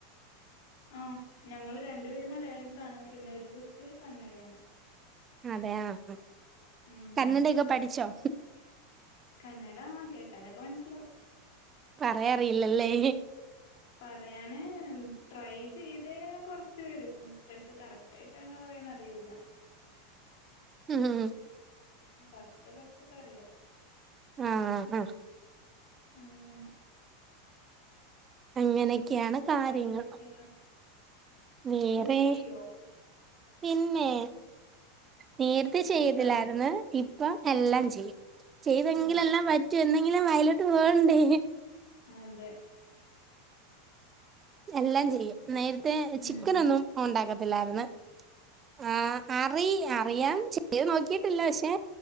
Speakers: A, on the left; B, on the right.
A: ആ ഞങ്ങള് രണ്ടു പേര് മലയാളിസാണ് പിന്നെ ഒരു കൊച്ച് കന്നഡയാണ്.
B: അതെ ആ ആ
A: ഉം
B: കന്നഡൊക്കെ പഠിച്ചോ.
A: കന്നഡ ആ കേട്ടാലൊക്കെ മനസ്സിലാവും.
B: പറയാറിയില്ലല്ലേ.
A: പറയാന് ട്രൈ ചെയ്തേന് കൊറച്ച് വരും പക്ഷെ കറക്റ്റ് ആയിട്ട് അങ്ങനെ പറ അറിയൂല്ല.
B: ഹ് ഹ് ഉം.
A: കൊറച്ച് കൊറച്ചൊക്കെ അറിയാം.
B: ആ ഹ.
A: അങ്ങന.
B: അങ്ങനെയൊക്കെയാണ് കാര്യങ്ങൾ.
A: വേറെന്തൊക്കെയാണ്
B: വേറെ
A: കുക്ക് ചെയ്യോ
B: പിന്നെ. നേരത്തെ ചെയ്തിലായിരുന്നു,
A: കുക്കാണ്
B: ഇപ്പം എല്ലാം
A: ആ
B: ചെയ്യും. ചെയ്തെങ്കിലെല്ലാം
A: ആ
B: പറ്റൂ എന്തെങ്കിലും വായിലോട്ട് പോകണ്ടേ.
A: അതെ
B: എല്ലാം ചെയ്യും. നേരത്തെ ചിക്കനൊന്നും
A: ഉം
B: ഉണ്ടാക്കത്തില്ലാർന്ന് ആ അറി അറിയാം ചെയ്ത് നോക്കിട്ടില്ല പക്ഷെ